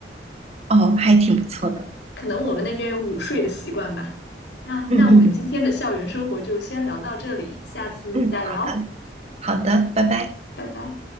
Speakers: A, on the right; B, on the left.
A: 哦，还挺不错的。
B: 可能我们那边有午睡的习惯吧。啊，那我们今天的校园生活就先聊到这里，
A: 嗯嗯
B: 下次再聊，
A: 嗯，好的好的，拜拜。
B: 拜拜。